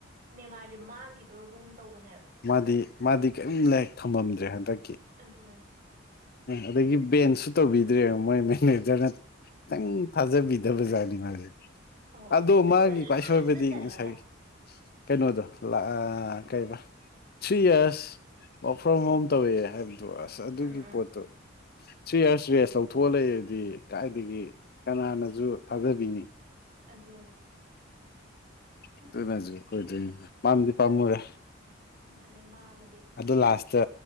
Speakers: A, on the right; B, on the left.
A: ꯅꯦꯃꯥꯔꯖꯦ ꯃꯥꯡꯒꯤꯗꯧꯔꯕꯒꯨꯝ ꯇꯧꯕꯅꯦ
B: ꯃꯥꯗꯤ ꯃꯥꯗꯤ ꯀꯔꯤꯝ ꯂꯩ ꯊꯝꯃꯝꯗ꯭ꯔꯦ ꯍꯟꯗꯛꯀꯤ
A: ꯑꯗꯨꯊꯃꯅꯦ
B: ꯑꯗꯒꯤ ꯕꯦꯟꯁꯨ ꯇꯧꯕꯤꯗ꯭ꯔꯦꯕ ꯃꯣꯏ ꯃꯦꯅꯦꯖꯔꯅ ꯈꯤꯇꯪ ꯊꯥꯖꯕꯤ <unintelligible>
A: ꯑꯧ
B: ꯑꯗꯣ
A: ꯑꯗꯨꯒ
B: ꯃꯥꯒꯤ ꯈꯋꯥꯏ
A: ꯂꯥꯁꯇ
B: ꯁꯣꯏꯕꯗꯤ
A: ꯆꯜꯂꯒ
B: ꯉꯁꯥꯏꯒꯤ ꯀꯩꯅꯣꯗꯣ ꯀꯩꯔꯤꯕ ꯊ꯭ꯔꯤ ꯌꯔꯁ <unintelligible> ꯇꯧꯋꯦ ꯍꯥꯏꯕꯗꯣ ꯑꯁ ꯑꯗꯨꯒꯤ
A: ꯎꯝ ꯎꯝ
B: ꯄꯣꯠꯇꯨ ꯊ꯭ꯔꯤ ꯏꯔꯁ ꯔꯦꯁ ꯂꯧꯊꯣꯛꯑ ꯂꯩꯗꯤ ꯀꯥꯏꯗꯒꯤ ꯀꯅꯥꯅꯁꯨ ꯊꯥꯖꯕꯤꯅꯤ
A: ꯑꯗꯨꯅꯦ ꯎꯝ
B: ꯑꯗꯨꯅꯁꯨ ꯀꯨꯏꯗꯣꯏꯅꯤꯗ ꯄꯥꯝꯗꯤ ꯄꯥꯝꯃꯨꯔꯦ꯫
A: ꯃꯥꯟꯅꯦ ꯃꯥ ꯑꯃꯗꯤ
B: ꯑꯗꯣ ꯂꯥꯁꯇ